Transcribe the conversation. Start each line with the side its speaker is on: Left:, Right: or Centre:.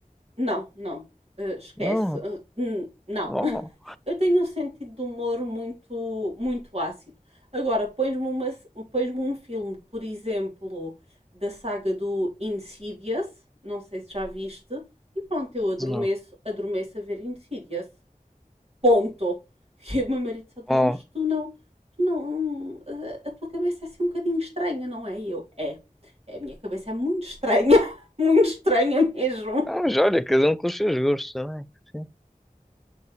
Right: Não, não, eh, esquece,
Centre: Não.
Right: eh, n- não.
Centre: Oh,
Right: <laughs> Eu tenho um sentido de humor muito, muito ácido. Agora, pões-me uma, pões-me um filme, por exemplo, da saga do Insidious, não sei se já viste, e pronto, eu adormeço,
Centre: não.
Right: adormeço a ver Insidious. Ponto. <laughs> E o meu marido só diz,
Centre: Oh.
Right: mas tu não, tu não, a, a tua cabeça é assim um bocadinho estranha, não é? E eu, é, é, a minha cabeça é muito estranha, <laughs> muito estranha mesmo.
Centre: Não, mas olha, cada um com os seus gostos também. Sim.